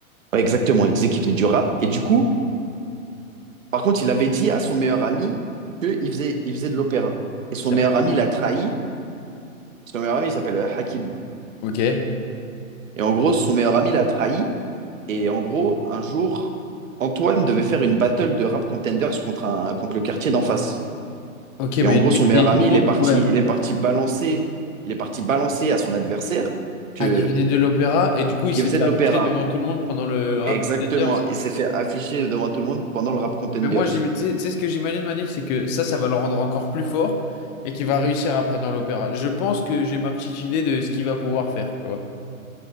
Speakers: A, on the right; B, on the left.
A: Ouais, exactement, il disait qu'il faisait du rap. Et du coup. Par contre, il avait dit à son meilleur ami qu'il faisait, il faisait de l'opéra. Et son
B: Il s'appelle
A: meilleur ami
B: comment?
A: l'a trahi. Son meilleur ami il s'appelle euh, Hakim.
B: Ok.
A: Et en gros, son meilleur ami l'a trahi. Et en gros, un jour, Antoine devait faire une battle de rap contenders contre, un, contre le quartier d'en face.
B: Ok, mais
A: Et en gros,
B: lui,
A: son meilleur
B: et
A: ami,
B: tout le monde,
A: il est parti,
B: ouais.
A: il est parti balancer, il est parti balancer à son adversaire que,
B: Ah, qui faisait de l'opéra, et du coup, il
A: qu'il
B: s'est
A: faisait
B: fait
A: de
B: afficher
A: l'opéra.
B: devant tout le monde pendant le rap.
A: Exactement.
B: Contender.
A: Il s'est fait afficher devant tout le monde pendant le rap contenders.
B: Mais moi, j'im- tu sais, tu sais ce que j'imagine, Manil, c'est que ça, ça va le rendre encore plus fort et qu'il va réussir après dans l'opéra. Je pense que j'ai ma petite idée de ce qu'il va pouvoir faire, tu vois.